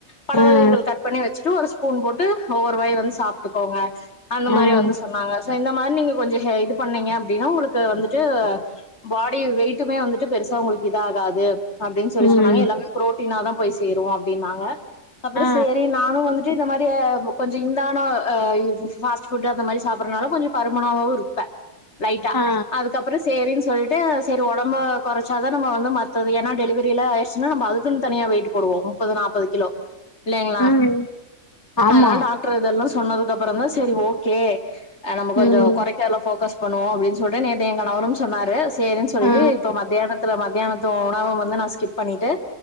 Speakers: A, on the left (about 55°); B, on the left (about 15°).
A: பழ
B: ஆ ஆ
A: வகைகள் கட் பண்ணி வச்சுட்டு ஒரு ஸ்பூன் போட்டு ஒவ்வொரு வாய் வந்து சாப்டுக்கோங்க அந்த மாதிரி
B: ஆ
A: வந்து சொன்னாங்க இந்த மாதிரி நீங்க கொஞ்சம் இது பண்ணீங்க அப்படின்னா உங்களுக்கு வந்துட்டு பாட் டி வெயிட்டுமே வந்துட்டு பெருசா உங்களுக்கு இது ஆகாது அப்டின்னு சொல்லி
B: ம்
A: சொன்னாங்க எல்லாமே குரோத் குடுத்தினா தான் போய் சேருவோம் அப்படின்னாங்க அப்புறம்
B: ஆ
A: சேரி நானும் வந்து இந்த மாதிரி கொஞ்சம் இந்தான ஃபாஸ்ட்ஃபுட் அந்த மாதிரி சாப்பறதுனால கொஞ்சம் பருமணாவும் இருப்பேன் லைட்டா
B: ஆ
A: அதுக்கப்புறம் சேரின்னு சொல்லி டு செரி உடம்பு குறைச்சாதான் நம்ம வந்து மத்தது ஏன்னா டெலிவரியில ஆயிடுச்சுன்னா நம்ம அதுக்குனு தனியா வெயிட் போடுவோம் முப்பது நாப்பது கிலோ இல்லைங்களா
B: ம் ஆமா
A: அதனால டாக்டர் இதெல்லாம் சொன்னதுக்குப்புறம் தான் செரி ஓ கே நம்ம கொஞ்சம்
B: ம்
A: குறைக்க எல்லாம் ஃபோகஸ் பண்ணுவோம் அப்படின்னு சொல்லிட்டு நேத்து என் கணவரும் சொன்னாரு சேரின்னு சொல்லிட்டு
B: ஆ
A: இப்ப மத்தியானத்துல மத்தியானத் உணவு வந்து நான் ஸ்கிப் பண்ணிட்டு